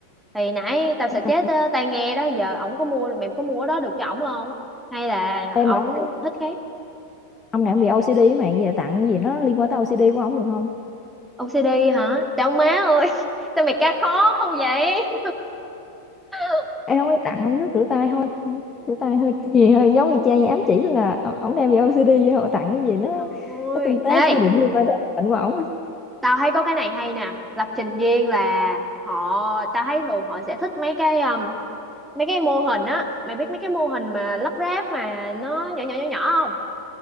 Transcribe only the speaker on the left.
Ông
này
em
mà ông này
ông này ông bị OCD mà giờ tặng cái gì nó liên quan tới OCD của ông được không
em không ấy tặng ông nước rửa tay thôi rửa tay hơi <laughs> gì hơi giống như cha nhà ám chỉ là ổ- ổng đem về OCD vậy họ tặng cái gì nó
nó tinh tế
siêu đỉnh liên quan tới bệnh của ổng á.